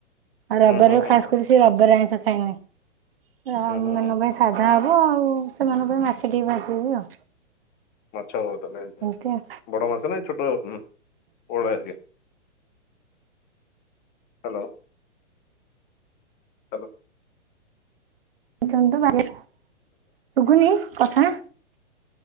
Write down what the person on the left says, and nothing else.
ହୁଁ ହୁଁ ହୁଁ
ହୁଁ ହୁଁ
ହୁଁ
<unintelligible>
ବଡ଼ ମାଛ ନାଁ ଏ ଛୋଟ ହଁ ପୋହୋଳା ହେରୀକା ହ୍ୟାଲୋ ହଲୋ